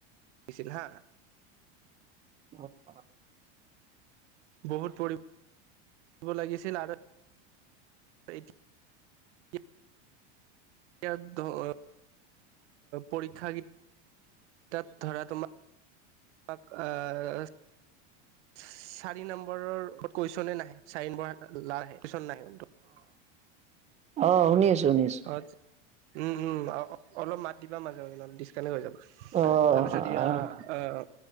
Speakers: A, on the right; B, on the right.
A: ছিল হা
B: <unintelligible>
A: বহুত পঢ়িব লাগিছিল আৰু <unintelligible> এতিয়া <unintelligible> পৰীক্ষা কেইটাতা ধৰা তোমাৰ আহ। চাৰি নম্বৰৰ কুৱেশচনে নাহে চাৰি নম্বৰ <unintelligible>
B: অহ, শুনি আছো, শুনি আছো।
A: অ উম, উম, অলপ মাত দিবা মাজে মাজে ডিছকানেক্ট হৈ যাব।
B: অ',
A: তাৰপিছত এয়া
B: অ'।
A: আহ